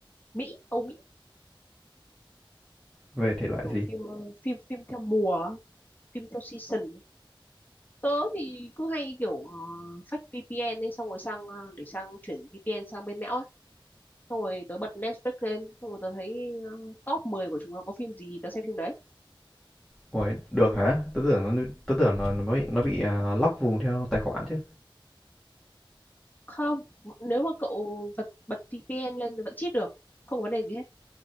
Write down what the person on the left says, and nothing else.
Mỹ Âu Mỹ
kiểu
phim ờ, phim phim theo mùa á, phim theo season tớ thì cứ hay kiểu uh, fake VPN ấy xong rồi sang ờ, để sang chuyển VPN sang bên Mẽo xong rồi tớ bật Netflix lên xong rồi tớ thấy ờ, top 10 của chúng nó có phim gì tớ xem phim đấy
không nếu mà cậu bật bật VPN lên thì vẫn cheat được không có vấn đề gì hết